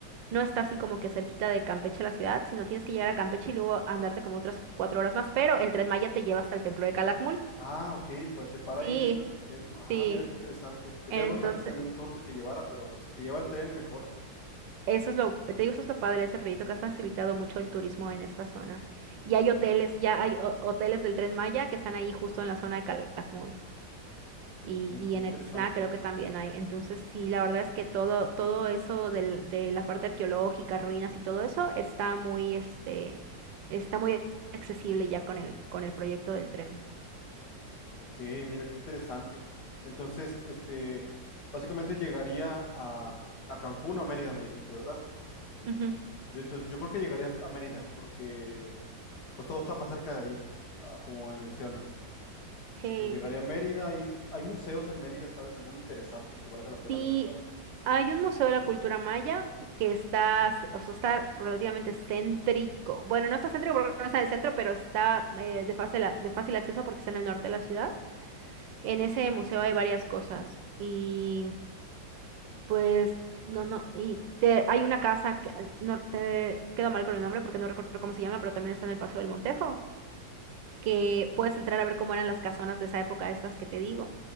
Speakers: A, on the right (about 80°); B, on the left (about 60°).
A: no está así como que cerquita de Campeche la ciudad, sino tienes que llegar a Campeche y luego andarte como otras cuatro horas más, pero el tren Maya te lleva hasta el templo de Calakmul.
B: Ah, ok, pues se para
A: Sí,
B: ahí directamente. Ah,
A: sí.
B: mira qué interesante. Porque
A: Entonces,
B: te iba a preguntar si había un tour que te llevara, pero si te lleva el tren, mejor.
A: eso es lo, te digo, eso es lo padre de ese proyecto que ha facilitado mucho el turismo en esta zona. Y hay hoteles, ya hay ho- hoteles del tren Maya que están ahí justo en la zona de Calakmul. y,
B: Oye,
A: y
B: qué
A: en
B: interesante.
A: Etzna creo que también hay. Entonces, sí, la verdad es que todo, todo eso del- de la parte arqueológica, ruinas y todo eso está muy, este, está muy accesible ya con el, con el proyecto del tren.
B: Ok, mira qué interesante. Entonces, este, básicamente llegaría a, a Cancún o a Mérida, me dijiste, ¿verdad?
A: Ujú.
B: Yo, entonces, yo creo que llegarías a Mérida, porque Pues todo está más cerca de ahí, ah, como me mencionas.
A: Sí,
B: Pues llegaría a Mérida y hay museos en Mérida, ¿sabes? ¿Alguno interesante que valga la pena
A: Sí,
B: visitar?
A: hay un museo de la cultura maya que está, s- o sea, está relativamente céntrico. Bueno, no está céntrico porque no está en el centro, pero está eh, de fácil, a- de fácil acceso porque está en el norte de la ciudad. En ese museo hay varias cosas y Pues, no, no. Y te- hay una casa que no te quedo mal con el nombre porque no recuerdo cómo se llama, pero también está en el Paseo del Montejo, que
B: Eh,
A: puedes entrar a ver cómo eran las casonas de esa época, estas que te digo.